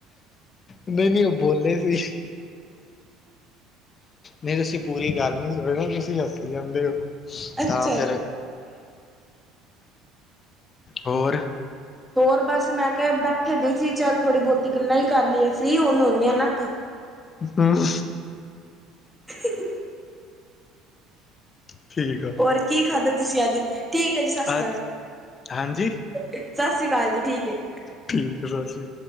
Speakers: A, on the left; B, in the centre.
A: ਨਈਂ-ਨਈਂ, ਓ ਬੋਲੇ ਨੀ। ਨਈਂ, ਤੁਸੀਂ ਪੂਰੀ ਗੱਲ ਨਈ ਸੁਣਦੇ ਤੁਸੀਂ ਹੱਸੀ ਜਾਂਦੇ ਓ,
B: ਅੱਛਾ
A: ਤਾਂ ਫ਼ੇਰ
B: ਜੀ।
A: ਹੋਰ?
B: ਹੋਰ ਬਸ ਮੈਂ ਕੇਆ ਬੈਠੇ ਦੇਖੀਏ, ਚੱਲ ਥੋੜ੍ਹੀ ਬੋਤੀ ਗੱਲਾਂ ਈ ਕਰ ਲੀਏ, ਫ੍ਰਰੀ ਹੁਣ ਹੁੰਨੇ ਆਂ ਨਾਂ ਆਪਾਂ।
A: ਹੂੰ।
B: <unintelligible>
A: ਠੀਕ ਆ
B: ਹੋਰ ਕੀ ਖਾਧਾ ਤੁਸੀਂ ਅੱਜ? ਠੀਕ ਏ ਜੀ ਸਤਿ ਸ਼੍ਰੀ ਅਕਾਲ।
A: ਅੱਜ ਹਾਂਜੀ
B: ਸਤਿ ਸ੍ਰੀ ਅਕਾਲ ਜੀ ਠੀਕ ਹੈ।
A: ਠੀਕ ਆ, ਸੱਸੀ